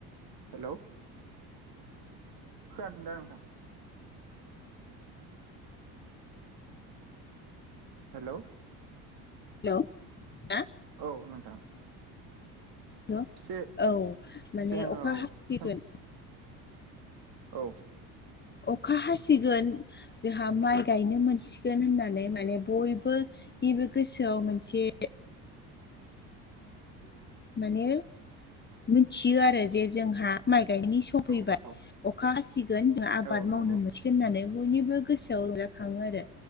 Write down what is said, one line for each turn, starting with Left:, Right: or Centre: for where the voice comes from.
Right: हेल' खोनादों दा नोंथां हेल'
Left: हेल' हा?
Right: औ नोंथां
Left: बेखौ?
Right: एसे
Left: औ माने
Right: एसे
Left: अखा
Right: औ
Left: हासिगोन
Right: औ
Left: अखा हासिगोन जोंहा माइ गायनो मोनसिगोन होननानै माने बयबो बेबो गोसोआव मोनसे माने मिथियो आरो जे जोंहा माइ गायनायनि सम
Right: औ
Left: फैबाय।
Right: औ
Left: अखा हासिगोन जों आबाद
Right: औ नंगौ
Left: मावनो मोनसिगोन होननानै बयनिबो गोसोआव रंजाखाङो आरो